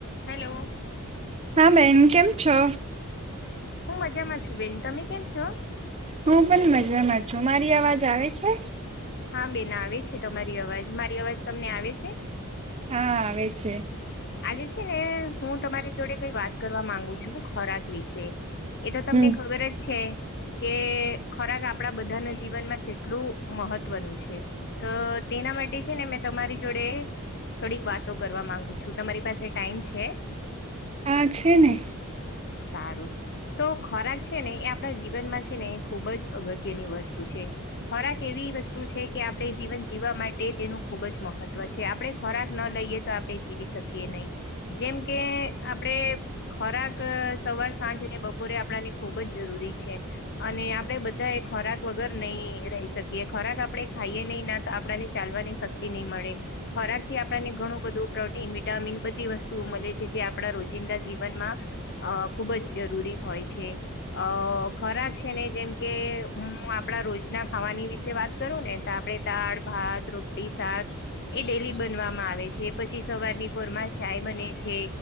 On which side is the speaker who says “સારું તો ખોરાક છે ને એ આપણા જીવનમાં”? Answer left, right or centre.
Left